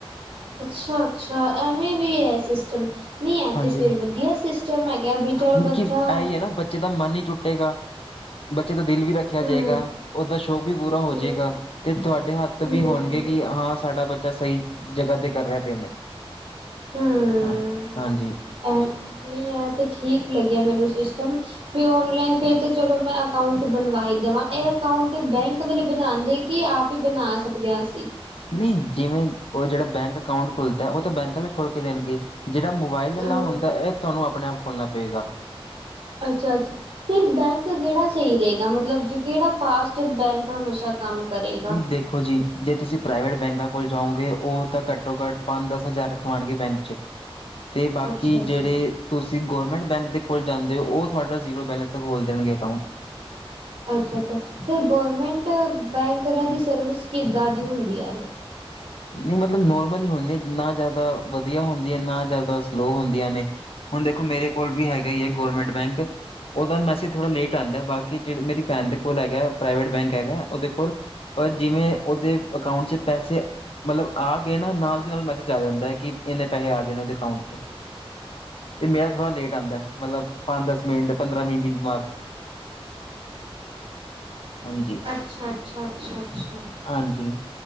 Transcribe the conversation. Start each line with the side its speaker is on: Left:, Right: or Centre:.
Right: ਅੱਛਾ-ਅੱਛਾ, ਐਵੇਂ ਵੀ ਹੈ ਸਿਸਟਮ ਨਹੀਂ ਏ
Left: ਹਾਂਜੀ
Right: ਤੇ ਫਿਰ ਵਧੀਆ ਸਿਸ ਟਮ ਹੈਗਾ, ਵਿਚ
Left: ਮਤਲਬ
Right: ਔਰ ਬੱਚਾ
Left: ਕਿ ਇਹ ਹੀ ਹੈ ਨਾ ਬੱਚੇ ਦਾ ਮਨ ਹੀ ਟੁੱਟੇਗਾ ਬੱਚੇ ਦਾ ਦਿਲ ਵੀ ਰੱਖਿਆ
Right: ਹੂੰ
Left: ਜਾਏਗਾ ਉਹਦਾ ਸ਼ੌਕ ਵੀ ਪੂਰਾ ਹੋ
Right: ਹੂੰ
Left: ਜੇਗਾ। ਤੇ ਤੁਹਾਡੇ ਹੱਥ
Right: ਹੂੰ
Left: ਵੀ ਹੋਣਗੇ ਕਿ ਹਾਂ ਸਾਡਾ ਬੱਚਾ ਸਹੀ ਜਗ੍ਹਾ ਤੇ ਕਰ ਰਿਹਾ ਪੇਮੈਂਟ।
Right: ਹੂੰ
Left: ਹਾਂ, ਹਾਂਜੀ।
Right: ਐ ਨਹੀਂ, ਐ ਤੇ ਠੀਕ ਲੱਗਿਆ ਮੈਨੂੰ ਸਿਸਟਮ ਵੀ ਓਨਲਾਈਨ ਫਿਰ ਤੇ ਚਲੋ ਮੈਂ ਅਕਾਊਂਟ ਬਣਵਾਈ ਦਵਾਂ ਇਹ ਅਕਾਊਂਟ ਬੈਂਕ ਵਾਲੇ ਬਣਾਦੇ ਕਿ ਆਪ ਵੀ ਬਣਾ ਸਕਦੇ ਆ ਅਸੀਂ
Left: ਨਹੀਂ, ਜਿਵੇਂ ਉਹ ਜਿਹੜਾ ਬੈਂਕ ਅਕਾਊਟ ਖੁਲਦਾ ਉਹ ਤਾਂ ਬੈਂਕ ਆਲੇ ਖੋਲ ਕੇ ਦੇਣਗੇ, ਜਿਹੜਾ ਮੋਬਾਇਲ ਆਲਾ
Right: ਹੂੰ
Left: ਹੁੰਦਾ, ਇਹ ਤੁਹਾਨੂੰ ਆਪਣੇ ਆਪ ਖੋਲ੍ਹਣਾ ਪਏਗਾ।
Right: ਅੱਛਾ ਅੱਛਾ, ਫਿਰ ਬੈਂਕ ਕਿਹੜਾ ਸਹੀ ਰਹੇਗਾ, ਮਤਲਬ ਜੀ ਕਿਹੜਾ ਫਾਸਟ ਬੈਂਕ ਹਮੇਸ਼ਾ ਕੰਮ ਕਰੇ
Left: ਦੇਖੋ ਜੀ ਜੇ ਤੁਸੀਂ ਪ੍ਰਾਈਵੇਟ ਬੈਂਕਾਂ ਕੋਲ ਜਾਓਗੇ, ਉਹ ਤਾਂ ਘੱਟੋ ਘੱਟ ਪੰਜ ਦਸ ਹਜ਼ਾਰ ਰਖਵਾਉਣਗੇ ਬੈਂਕ ਚ ਤੇ ਬਾਕੀ
Right: ਅੱਛਾ
Left: ਜਿਹੜੇ
Right: ਜੀ
Left: ਤੁਸੀਂ ਗੌਰਮੈਂਟ ਬੈਂਕ ਦੇ ਕੋਲ ਜਾਂਦੇ ਓ ਉਹ ਤੁਹਾਡਾ ਜ਼ੀਰੋ ਬੈਲਸ ਤੱਕ ਖੋਲ ਦੇਣਗੇ ਅਕਾਊਂਟ।
Right: ਅੱਛਾ ਅੱਛਾ, ਫਿਰ ਗੌਰਮੈਂਟ ਬੈਂਕ ਇਹਨਾਂ ਦੀ ਸਰਵਿਸ ਕਿੱਦਾਂ ਦੀ ਹੁੰਦੀ ਐ?
Left: ਨਹੀਂ ਮਤਲਬ ਨੋਰਮਲ ਹੀ ਹੁੰਦੇ, ਨਾ ਜ਼ਿਆਦਾ ਵਧੀਆ ਹੁੰਦੀਆਂ, ਨਾ ਜ਼ਿਆਦਾ ਸਲੋਅ ਹੁੰਦੀਆਂ ਨੇ। ਹੁਣ ਦੇਖੋ, ਮੇਰੇ ਕੋਲ ਵੀ ਹੈਗਾ ਈ ਏ ਗੌਰਮੈਂਟ ਬੈਂਕ ਉਹਦਾ ਮੈਸੇਜ ਥੋੜ੍ਹਾ ਲੇਟ ਆਂਦਾ, ਬਾਕੀ ਜਿਹੜੇ ਮੇਰੀ ਭੈਣ ਦੇ ਕੋਲ ਹੈਗਾ ਪ੍ਰਾਈਵੇਟ ਬੈਂਕ ਹੈਗਾ ਉਹਦੇ ਕੋਲ ਪਰ ਜਿਵੇਂ ਉਹਦੇ ਅਕਾਊਂਟ 'ਚ ਪੈਸੇ ਮਤਲਬ ਆ ਗਏ ਨਾ ਨਾਲ ਦੀ ਨਾਲ ਮੈਸੇਜ ਆ ਜਾਂਦਾ ਏ ਕਿ ਇੰਨੇ ਪੈਸੇ ਆ ਗਏ ਨੇ ਉਹਦੇ ਅਕਾਊਂਟ ਚ। ਤੇ ਮੇਰਾ ਥੋੜਾ ਲੇਟ ਆਂਦਾ ਏ, ਮਤਲਬ ਪੰਜ ਦਸ ਮਿੰਟ, ਪੰਦਰਾਂ ਵੀਹ ਮਿੰਟ ਬਾਅਦ। ਹਾਂਜੀ।
Right: ਅੱਛਾ ਅੱਛਾ ਅੱਛਾ ਅੱਛਾ।
Left: ਹਾਂਜੀ